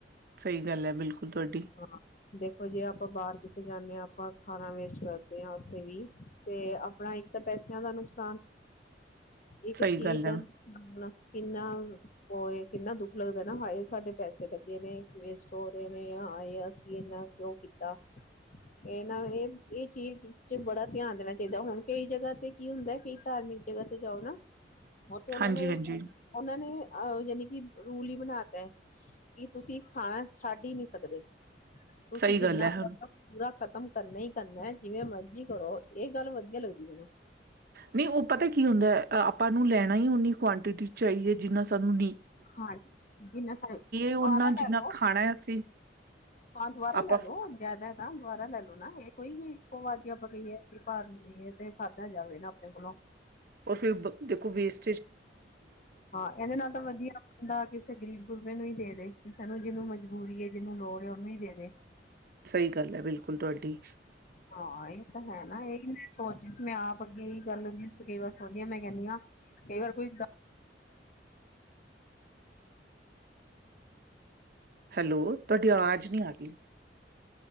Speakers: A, on the right; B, on the left.
A: ਸਹੀ ਗੱਲ ਹੈ ਬਿਲਕੁ ਤੁਹਾਡੀ
B: ਹਾਂ ਦੇਖੋ ਜੇ ਆਪਾਂ ਬਾਹਰ ਕਿੱਥੇ ਜਾਂਦੇ ਹਾਂ ਆਪਾਂ ਖਾਣਾ ਵੇਸਟ ਕਰਦੇ ਹਾਂ ਉੱਥੇ ਵੀ ਤੇ ਆਪਣਾ ਇੱਕ ਤਾਂ ਪੈਸਿਆਂ ਦਾ ਨੁਕਸਾਨ। ਇੱਕ
A: ਸਹੀ
B: ਚੀਜ਼
A: ਗੱਲ
B: ਦਾ।
A: ਹੈ
B: ਕਿੰਨਾ ਉਹਏ ਕਿੰਨਾ ਦੁੱਖ ਲੱਗਦਾ ਨਾ ਹਾਏ ਸਾਡੇ ਪੈਸੇ ਲੱਗੇ ਨੇ ਵੇਸਟ ਹੋ ਰਹੇ ਨੇ ਆ। ਹਾਏ ਅਸੀਂ ਇਹਨਾਂ ਕਿਉਂ ਕੀਤਾ ਇਹਨਾਂ ਇਹ ਇਹ ਚੀਜ਼ ਚ ਬੜਾ ਧਿਆਨ ਦੇਣਾ ਚਾਹੀਦਾ ਹੁਣ ਕਈ ਜਗ੍ਹਾ ਤੇ ਕੀ ਹੁੰਦਾ ਕਈ ਧਾਰਮਿਕ ਜਗ੍ਹਾ ਤੇ ਜਾਓ ਨਾ। ਉੱਥੇ ਉਹਨਾਂ
A: ਹਾਂਜੀ
B: ਨੇ
A: ਹਾਂਜੀ
B: ਉਹਨਾਂ ਨੇ, ਆਹ ਜਾਨੀ ਕਿ ਰੂਲ ਹੀ ਬਣਾ ਤਾ ਐ ਕਿ ਤੁਸੀਂ ਖਾਣਾ ਛੱਡ ਹੀ ਨਹੀਂ ਸਕਦੇ। ਤੁਸੀਂ
A: ਸਹੀ
B: ਜਿੰਨਾ
A: ਗੱਲ ਹੈ
B: ਹੋ ਪੂਰਾ ਖਤ ਖ਼ਤਮ ਕਰਨਾ ਹੀ ਕਰਨਾ ਜਿਵੇਂ ਮਰਜੀ। ਕਰੋ ਇਹ ਗੱਲ ਵਧੀਆ ਲੱਗਦੀ ਮੈਨੂੰ।
A: ਨਹੀਂ ਉਹ ਪਤਾ ਕੀ ਹੁੰਦਾ ਹੈ, ਅ- ਆਪਾਂ ਨੂੰ ਲੈਣਾ ਹੀ ਓਨੀ ਕੁਆਂਟਿਟੀ ਚਾਹੀਏ ਹੈ ਜਿੰਨਾ ਸਾਨੂੰ ਨ
B: ਹਾਂਜੀ ਜੀ ਦੁਬਾਰਾ
A: ਓਨਾ
B: ਲੈ
A: ਜਿੰਨਾ
B: ਲੋ
A: ਖਾਣਾ ਹੈ ਅਸੀਂ
B: ਹਾਂ ਦੁਬਾਰਾ
A: ਆਪਾਂ
B: ਲੈ ਲੋ ਜ਼ਿਆਦਾ ਤਾਂ ਦੁਬਾਰਾ ਲੈ ਲੋ ਨਾ ਇਹ ਕੋਈ ਇੱਕੋ ਵਾਰ ਜੇ ਆਪਾਂ ਕਹੀਏ। ਭਰ ਲਈਏ ਤੇ ਖਾਦੇ ਜਾਵੇ ਨਾ ਆਪਣੇ ਕੋਲੋਂ,
A: ਉਹ ਫਿਰ ਦੇਖੋ ਵੇਸ
B: ਹਾਂ ਇਹਦੇ ਨਾਲ ਤਾਂ ਵਧੀਆ ਬੰਦਾ ਕਿਸੇ ਗਰੀਬ ਗੁਰਬੇ ਨੂੰ ਹੀ ਦੇ। ਸਾਨੂੰ ਜਿਹਨੂੰ ਮਜਬੂਰੀ ਹੈ ਜਿਹਨੂੰ ਲੋੜ ਉਹਨੂੰ ਹੀ ਦੇ ਦੇ।
A: ਸਹੀ ਗੱਲ ਹੈ ਬਿਲਕੁਲ ਤੁਹਾਡੀ।
B: ਹਾਂ ਇਹ ਤਾਂ ਹੈ ਨਾ ਇਹੀ ਸੋਚ ਮੈਂ ਆਪ ਅੱਗੇ ਹੀ ਕਰ ਲੈਂਦੀ ਕਈ ਵਾਰ ਸੁਣਦੀ ਮੈਂ ਕਹਿੰਦੀ ਹਾਂ ਕਈ ਵਾਰ ਕੋਈ
A: ਹੈਲੋ, ਤੁਹਾਡੀ ਆਵਾਜ਼ ਨਹੀਂ ਆ ਰਹੀ।